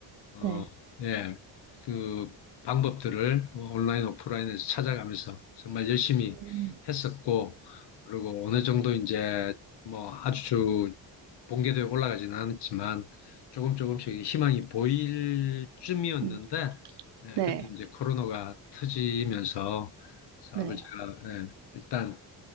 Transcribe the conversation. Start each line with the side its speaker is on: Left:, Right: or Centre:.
Left: 어,
Right: 네.
Left: 예, 그 방법들을 온라인, 오프라인에서 찾아가면서 정말 열심히
Right: 음.
Left: 했었고, 그리고 어느 정도 이제 뭐 아주 본궤도에 올라가지는 않았지만 조금 조금씩 희망이 보일 쯤이었는데,
Right: 음.
Left: 예,
Right: 네.
Left: 그때 이제 코로나가 터지면서 사업을
Right: 네.
Left: 제가 예, 일단